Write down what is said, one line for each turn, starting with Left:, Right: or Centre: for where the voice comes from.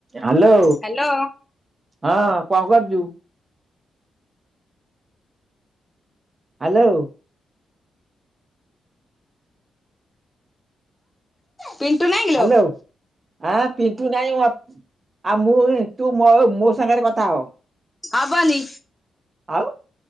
Right: Hello.
Left: Hello
Right: ହଁ କଣ କରୁଚୁ? ହାଲୋ।
Left: ପିଣ୍ଟୁ ନାଇଁ? କିଲୋ
Right: ହାଲୋ ଆ ପିଣ୍ଟୁ ନାହିଁ। ଆଉ ମୁଁ ଏବେ ତୁ ମୋ ମୋ ସାଙ୍ଗରେ କଥା ହ।
Left: ହବନି।
Right: ଆଉ